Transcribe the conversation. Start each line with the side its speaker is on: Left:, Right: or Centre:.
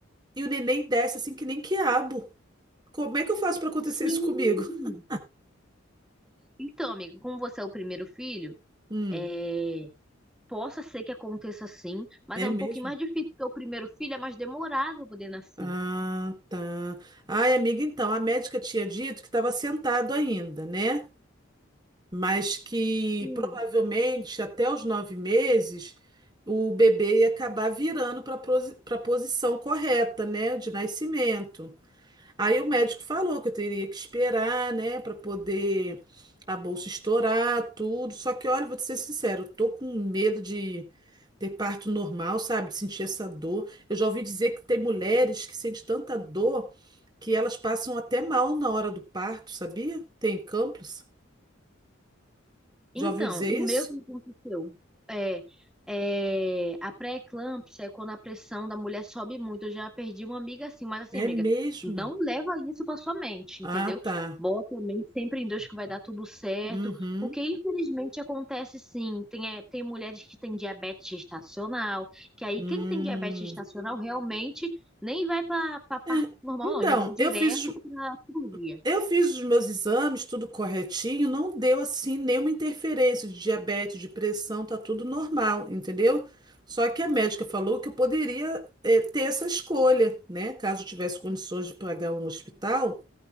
Right: e o neném desce assim que nem quiabo. Como é que eu faço para acontecer
Centre: Sim.
Right: isso comigo? <laughs>
Centre: Então, amiga, como você é o primeiro filho,
Right: Hum,
Centre: é. Possa ser que aconteça sim, mas
Right: é
Centre: é um
Right: mesmo?
Centre: pouquinho mais difícil, porque o primeiro filho é mais demorado para poder nascer.
Right: Ah, tá. Ai, amiga, então, a médica tinha dito que estava sentado ainda, né? mas que
Centre: Sim.
Right: provavelmente até os nove meses o bebê ia acabar virando para a posição correta, né, de nascimento. Aí o médico falou que eu teria que esperar, né, para poder a bolsa estourar, tudo. Só que, olha, vou te ser sincero, eu tô com medo de ter parto normal, sabe, de sentir essa dor. Eu já ouvi dizer que tem mulheres que sentem tanta dor que elas passam até mal na hora do parto, sabia? Tem campos.
Centre: Então,
Right: Já ouviu dizer
Centre: o
Right: isso?
Centre: meu que aconteceu é, é a pré-eclâmpsia é quando a pressão da mulher sobe muito. Eu já perdi uma amiga assim, mas assim,
Right: É
Centre: amiga,
Right: mesmo?
Centre: não leva isso pra sua mente,
Right: Ah,
Centre: entendeu?
Right: tá.
Centre: Bota a mente sempre em Deus que vai dar tudo certo,
Right: Uhum.
Centre: porque infelizmente acontece sim. Tem, é, tem mulheres que têm diabetes gestacional, que aí
Right: Hum.
Centre: quem tem diabetes gestacional realmente nem vai pra pra parte
Right: É.
Centre: normal,
Right: Então,
Centre: não, já vai direto
Right: eu fiz, os-
Centre: pra cirurgia.
Right: eu fiz os meus exames, tudo corretinho, não deu assim nenhuma interferência de diabetes, de pressão, tá tudo normal, entendeu? Só que a médica falou que eu poderia, eh, ter essa escolha, né? Caso eu tivesse condições de pagar um hospital.